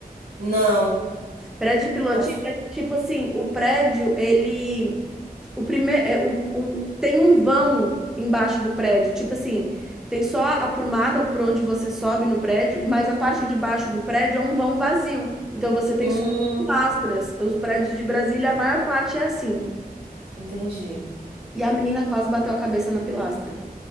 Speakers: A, on the right (about 75°); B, in the centre.
A: Não.
B: Prédio de pilotis
A: Acho-
B: é tipo assim, o prédio, ele o primeiro, o, o- tem um vão embaixo do prédio, tipo assim, tem só a prumada por onde você sobe no prédio, mas a parte de baixo do prédio é um vão vazio. Então você tem
A: Hum,
B: só pilastras. Os prédios de Brasília, a maior parte é assim.
A: entendi.
B: E a menina quase bateu a cabeça na pilastra.